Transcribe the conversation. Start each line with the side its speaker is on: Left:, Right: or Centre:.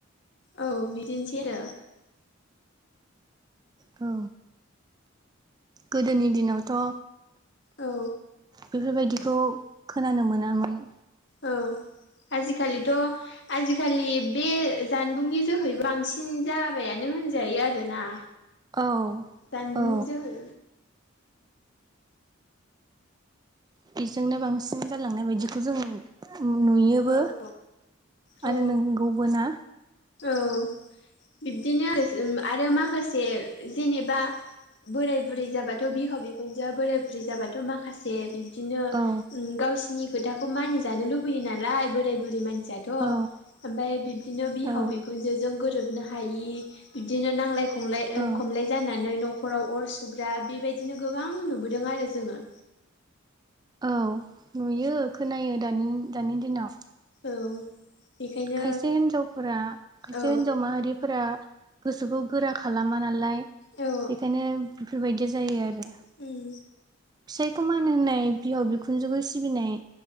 Left: औ बिदिनोसै आरो
Right: औ गोदोनि दिनावथ'
Left: औ
Right: बेफोरबायदिखौ खोनानो मोनामोन।
Left: औ आजिखालिथ' आजिखालि बे जानबुंनि जोहैबो बांसिन जाबायानो। होनजायो आरोना?
Right: औ
Left: जानबुंनि
Right: औ
Left: जोहै
Right: बेजोंनो बांसिन जालांनाय बायदिखौ जों नुयोबो
Left: औ औ
Right: आरो नंगौबो ना?
Left: औ बिब्दिनो आरो माखासे जेनेबा बोराय बुरै जाबाथ' बिहाव बिखुनजो बोराय बुरै जाबाथ' माखासे बिदिनो गावनि
Right: औ
Left: गावसिनि खोथाखौ मानिजानो लुबैयो नालाय बोराय बुरै मानसियाथ'
Right: औ
Left: ओमफ्राय बिदिनो बिफाव
Right: औ
Left: बिखुनजो बिखुनजोजों गोरोबनो हायि बिदिनो नांलाय खमलाय
Right: औ
Left: खमलाय जानानै न'खराव अर सुग्रा बेबायदिनो गोबां नुबोदों आरो जोङो।
Right: औ नुयो खोनायो दानि दानि दिनाव ।
Left: औ बेखायनो
Right: खायसे हिन्जावफोरा खायसे
Left: औ
Right: हिन्जाव माहारिफोरा गोसोखौ गोरा खालामा नालाय
Left: औ
Right: बेखायनो बेफोरबायदिया जायो आरो
Left: उम
Right: फिसाइखौ मान होनाय बिहाव बिखुनजोखौ सिबिनाय